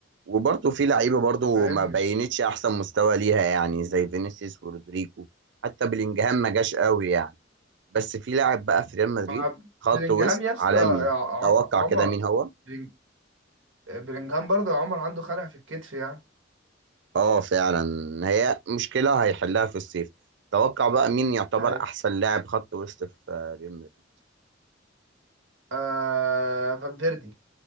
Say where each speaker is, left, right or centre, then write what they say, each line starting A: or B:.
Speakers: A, on the right (about 65°); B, on the right (about 80°).
A: وبرضه في لعيبه برضه
B: أنت فاهم
A: ما بينتش
B: مش
A: احسن مستوى ليها يعني زي فينيسيوس ورودريجو حتى بلينجهام ما جاش قوي يعني بس في لاعب بقى في ريال مدريد
B: مع
A: خط
B: بلينجهام
A: وسط
B: يا اسطى
A: عالمي
B: يا ع-
A: توقع كده
B: عمر
A: مين هو
B: بلينج- بلينجهام برضه يا عمر عنده خلع في الكتف يعني
A: اه فعلا هي مشكله هيحلها في الصيف توقع بقى مين يعتبر
B: أيوه.
A: احسن لاعب خط وسط في ريال مدريد
B: آه فالفيردي